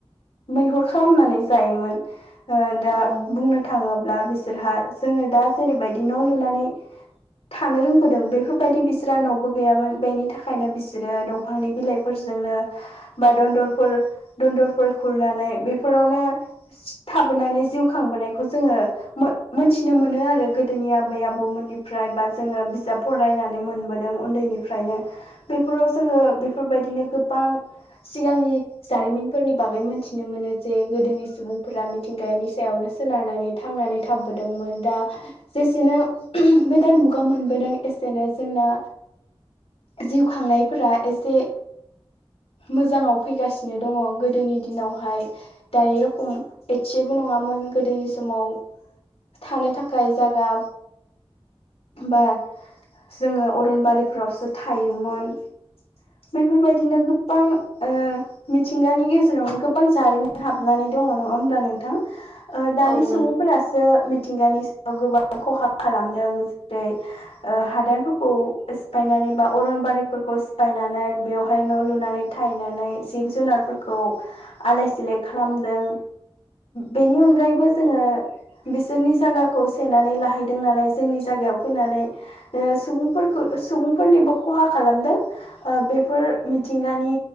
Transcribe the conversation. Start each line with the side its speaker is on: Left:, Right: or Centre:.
Left: मैहुर खालामनानै जायोमोन। ओ दा
Right: औ
Left: बुंनो थाङोब्ला बिसोरहा जोङो दा जेरैबायदि न' लुनानै थानो रोंबोदों बेफोरबायदि बिसोरहा न'बो गैयामोन बेनि थाखायनो बिसोरो दंफांनि बिलाइ फोरजोंनो बा दन्दरफोर दन्दरफोर खुरनानै बेफोरावनो सिथाबोनानै जिउ खांबोनायखौ जोङो मो-मोन्थिनो मोनो आरो गोदोनि आबै आबौमोननिफ्राय बा जोङो बिजाब फरायनानै मोनबोदों उन्दैनिफ्रायनो बेफोराव जोङो बेफोरबायदिनो गोबां सिगांनि जारिमिनफोरनि बागै मोनथिनो मोनो जे गोदोनि सुबुंफोरा मिथिंगानि सायावनो सोनारनानै थांनानै थाबबोदोंमोन दा जेसेनो गोदान मुगा मोनबोदों एसेनो जोंना जिउ खांनायफोरा एसे मोजाङाव फैगासिनो दङ गोदोनि दिनावहाय दानि रखम एसेबो नङामोन गोदोनि समाव थानो थाखाय जागा बा जोङो अरनबारिफ्रावसो थायोमोन। बेफोरबायदिनो गोबां ओ मिथिंगानि गेजेरावनो गोबां जारिमिन हाबनानै दङ नङा होमब्ला नोंथां? ओ दानि
Right: औ
Left: सुबुंफोरासो
Right: नंगौ
Left: मिथिंगानि सायाव गोबां खहा खालामदों जेरै ओ हादानफोरखौ सिफायनानै बा अरनबारिफोरखौ सिफायनानै बेवहाय न' लुनानै थायनानै जिब जुनारफोरखौ आलाय सिलाय खालामदों। बेनि अनगायैबो जोङो बिसोरनि जायगाखौ सेननानै लाहैदों नालाय जोंनि जायगायाव फैनानै ओ सुबुंफोरखौ सुबुंफोरनिबो खहा खालामदों। ओ बेफोर मिथिंगानि